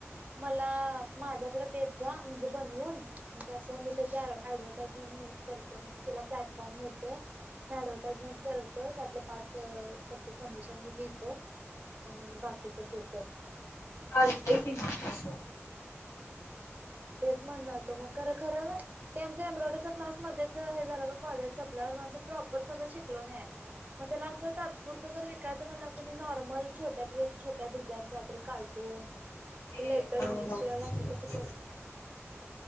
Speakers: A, on the right; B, on the left.
A: मला माझ्याकडे देत जा म्हणजे बनवून म्हणजे असं मी त्याची ऍंड एडवर्टाइजमेंट मिळ करतो म्हणजे तुला प्लॅटफॉर्म मिळतोय ऍडव्हटाइजमेंट करतो त्यातलं पाच अ टक्के कमिशन मी घेतो आणि बाकीच तू कर
B: चालतंय की मग तस
A: म्हणालो खर मग खरं खरं ते आमचं एम्ब्रोईडरी क्लास मधेच हे झालं ग कॉलेज संपल्यावर माझं प्रॉब्ल प्रॉपर काय शिकलो नाय मग त्याला असं तात्पुरतं जर विकायचं म्हणाल तरी नॉर्मल छोट्यातली एक छोट्या डिझाईन काही तरी कार्टून होय असे
B: ते
A: लेटर इमिशेल असं तस
B: <inaudible>